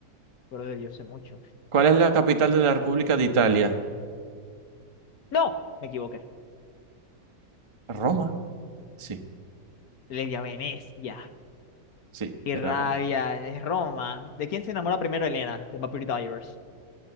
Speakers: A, on the left; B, on the right.
A: Pero yo sé mucho.
B: ¿Cuál es la capital de la República de Italia?
A: ¡No! Me equivoqué.
B: ¿Roma? Sí,
A: Le di a Venecia.
B: sí,
A: ¡Qué
B: sí
A: rabia!
B: era Roma.
A: Es Roma. ¿De quién se enamora primero Elena? De Vampire Diaries.